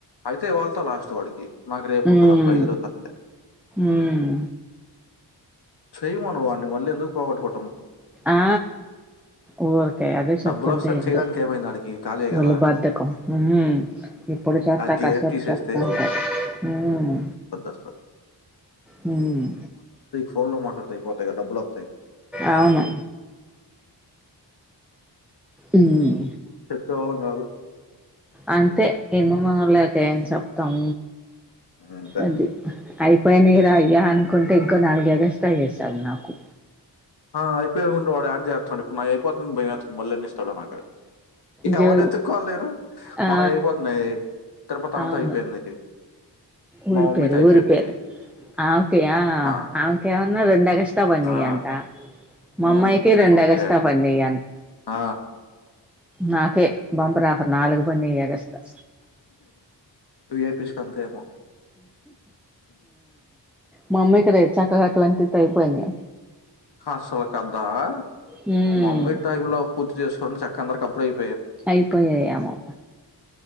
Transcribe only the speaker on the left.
అయితే ఇవ్వాళ తో లాస్ట్ వాడికి నాకు రేపు
ఉంటది అప్పుడు ఐదు రోజుల <inaudible>
చేయమను వాడ్ని మళ్ళీ ఎందుకు పోగట్టుకో
డబ్బులొస్తాయని
చేయడానికి ఏమైంది ఆడికి? ఖాళీయే గదా!
హ్మ్.
ఆ గేమ్
తీసేస్తే
వద్దసల.
ఫోన్ లో మాట్లాడుతర అయిపోతాయి గా డబ్బులు వత్తయ్
చోలం కాదు
అంతే.
ఆ అయిపోయికుంట వాడు యాడ్ చేస్తాం నాది అయిపోతుంది మళ్ళీ ఎన్ని ఇస్తాడో నాకు
ఎవరినిఎతుక్కోల్ల లేను
మనం అయిపోతున్నాయి తిరుపతి అంతా
అయిపోయింది
మా మమ్మీతో అయిపోయింది.
ఆ!
ఆ!
హ్మ్. హ్మ్.
ఓకే.
ఆ
వి ఐ పి స్కీ అంతే ఏమో
హాస్టల్ కి అమ్ముతావా
మామొల్ టైమ్ లో పుట్ బుక్ చేసుకోండి చక్కగా అందరికీ అప్పుడే చెప్